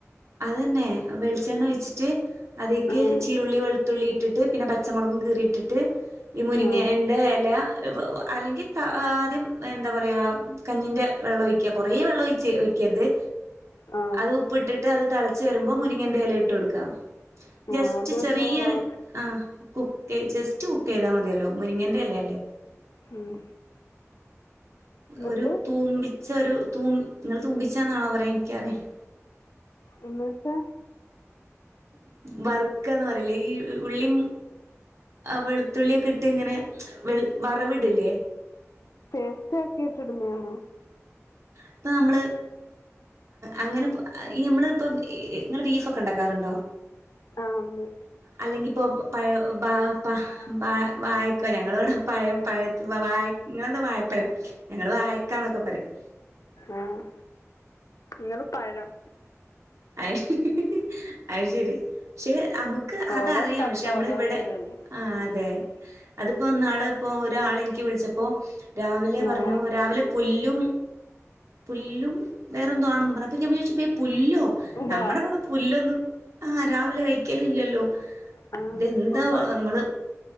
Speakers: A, on the right (about 65°); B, on the left (about 80°).
A: അതന്നെ വെളിച്ചെണ്ണ ഒഴിച്ചിട്ട് അതിക്ക്
B: ആഹ്
A: ചീരു ള്ളി വെളുത്തുള്ളി ഇട്ടിട്ട് പിന്നെ പച്ചമുളകും കീറിട്ടിട്ട് ഈ മുരിങ്ങന്റെ
B: ആഹ്
A: ഇല അല്ലെങ്കിൽ ആദ്യം എന്താ പറയ കഞ്ഞിന്റെ വെള്ളം ഒഴിക്ക കൊറേ വെള്ളം ഒഴിച്ച് ഒഴിക്കരുത്
B: ആഹ്
A: അത് ഉപ്പ് ഇട്ടിട്ട് അത് തളച്ച് വരുമ്പോ മുരിങ്ങന്റെ ഇല ഇട്ട്കൊടുക്ക
B: ആഹ്
A: ജസ്റ്റ്
B: അതൊന്ന്
A: ചെറിയരു
B: ആഹ്
A: ആ കുക്ക് ജസ്റ്റ് കുക്ക് ചെയ്താൽ മതിയല്ലോ മുരിങ്ങന്റെ ഇല അല്ലേ
B: ഉം എന്നിട്ട്
A: ഒരു തൂമ്പി ച്ചൊരു ഒരു തൂ നിങ്ങൾ തൂമ്പിച്ചാന്നാണോ പറയാ എനിക്കറിയില്ല
B: എന്നവെച്ച
A: വർക്കന്ന് പറയില്ലേ ഈ ഉള്ളി വെളുത്തുള്ളിയൊക്കെ ഇട്ട് ഇങ്ങനെ വറവിടില്ലേ
B: വൃത്തിയാക്കീട്ട് ഇടുന്നതാണോ
A: ഇപ്പൊ നമ്മള് അങ്ങനെ ഈ നമ്മൾ ഇപ്പ ഇങ്ങള് ബീഫ് ഒക്കെ ഉണ്ടാക്കാറുണ്ടോ
B: ആഹ് ഉണ്ട്
A: അല്ലെങ്കി ഇപ്പോ പഴ ബാ
B: ആ
A: ബാ വായക്ക ഞങ്ങളിവിടെ പഴം പഴ വായ് ഇങ്ങളെന്താ വാഴപയം ഞങ്ങള് വായക്കാന്നൊക്കെ പറയും
B: ആഹ് നിങ്ങള് പഴം
A: അഹ് അത് ശരി പക്ഷെ നമുക്ക് ഇക്ക്
B: ഓരോ
A: അതറിയാം
B: സ്ഥലത്ത്
A: പക്ഷെ നമ്മള്
B: ഓരോരോ
A: ഇവിടെ
B: ഇതല്ലേ
A: ആ അതെ
B: ഉം.
A: അതിപ്പോ നാള്പ്പോൾ ഒരാളിൻക്ക് വിളിച്ചപ്പോൾ രാവിലെ
B: ആ
A: പറഞ്ഞു രാവിലെ പുല്ലും പുല്ലും വേറെന്തോ ആണെന്ന് പറഞ്ഞു അപ്പം ഞാൻ വിചാരിച്ചപ്പോ ഈ പുല്ലോ
B: ഇല്ല
A: നമ്മുടെ ഇവിടെ പുല്ലൊന്നും ആ രാവിലെ കഴിക്കല് ഇല്ലല്ലോ
B: ആ അപ്പൊ
A: ഇതെന്താ ങ്ങള്